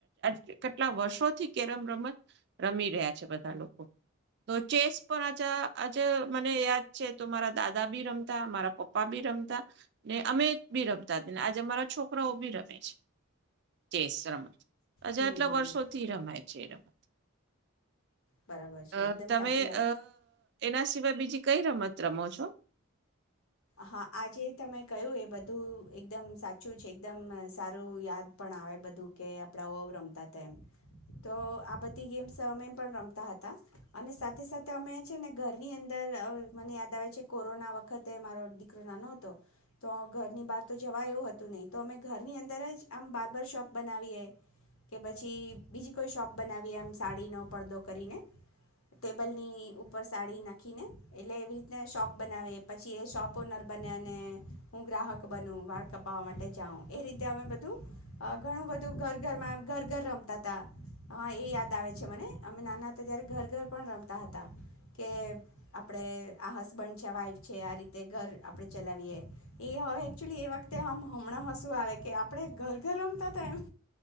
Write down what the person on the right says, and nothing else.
છે કેટલા વર્ષોથી કેરમ રમત રમી રહ્યા છે બધા લોકો તો ચેસ પણ આ આજે મને યાદ છે તો મારા દાદા બી રમતા મારા પપ્પા બી રમતા ને અમે બી રમતાને આજે અરા છોકરાઓ બી રમે છે ચેસ રમત હજા
આટલા
વર્ષો થી રમાય છે રમત
અ
તમે
એના આ સિવાય બીજી કઈ રમત રમો છો